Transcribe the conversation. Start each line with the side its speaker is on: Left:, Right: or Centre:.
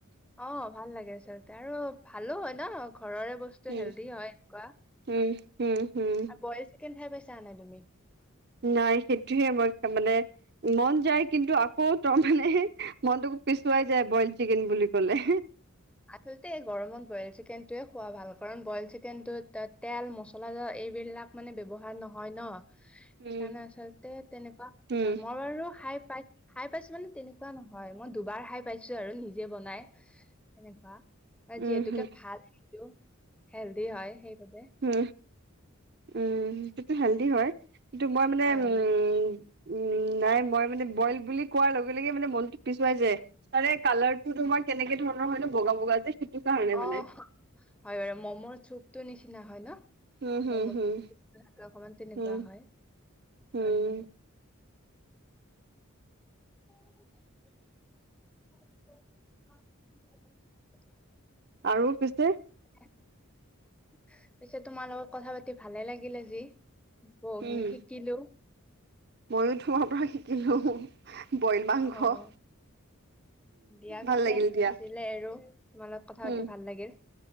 Centre: অ', ভাল লাগে আচলতে, আৰু ভালো হয়, ন ঘৰৰে বচ টো,
Right: উম,
Centre: হেল্ডি হয়, এনেকুৱা
Right: উম, উম, উম,
Centre: আৰু বইল চিকেন খাই পাইছানে নাই তুমি?
Right: নাই, সেইটোহে মই মানে মন যায় কিন্তু, আকৌ তৰ মানে মনটোকো পিছুৱাই যায় বইল চিকেন বুলি ক'লে।
Centre: আচলতে গৰমত বইল চিকেনটোৱে খোৱা ভাল, কাৰণ বইল চিকেনটোত তে-তেল, মচলা এইবিলাক মানে ব্যৱহাৰ নহয় ন?
Right: উম,
Centre: সেইকাৰণে আচলতে তেনেকুৱা
Right: উম,
Centre: ভাল, মই বাৰু খাই পাই খাই পাইছোঁ, মানে তেনেকুৱা নহয়, মই দুবাৰ খাই পাইছোঁ আৰু নিজে বনাই। সেনেকুৱা
Right: উম,
Centre: যিহেতুকে
Right: হম,
Centre: ভাল সেইটো হেলডি হয়, সেইবাবে
Right: উম, উম, সেইটোতো হেলডি হয়, কিন্তু মই মানে
Centre: হয়
Right: উম
Centre: হয়
Right: উম, নাই মই মানে বইল বুলি কোৱাৰ লগে, লগে মানে মনটো পিছুৱাই যায়। কালাৰটো তোমাৰ কেনেকে ধৰণৰ হয় ন' বগা, বগা যে, সেইটো কাৰণে
Centre: অ',
Right: মানে।
Centre: হয় বাৰু ম'মৰ চুপটো নিচিনা হয়, ন?
Right: উম, হুম,
Centre: ম'ম
Right: হুম,
Centre: অকনমান তেনেকুৱা
Right: হুম,
Centre: হয়,
Right: হুম
Centre: হয়, হয়। <unintelligible>
Right: আৰু পিছে?
Centre: পিছে, তোমাৰ লগত কথা পাতি ভালে লাগিলে যি। বহুখিনি
Right: উম,
Centre: শিকিলোঁ।
Right: ময়ো তোমাৰ পৰা শিকিলোঁ বইল মাংস।
Centre: অ দিয়া
Right: ভাল
Centre: পিছে
Right: লাগিল দিয়া,
Centre: আজিলে এৰোঁ, তোমাৰ লগত কথা
Right: উম,
Centre: পাতি ভাল লাগিল।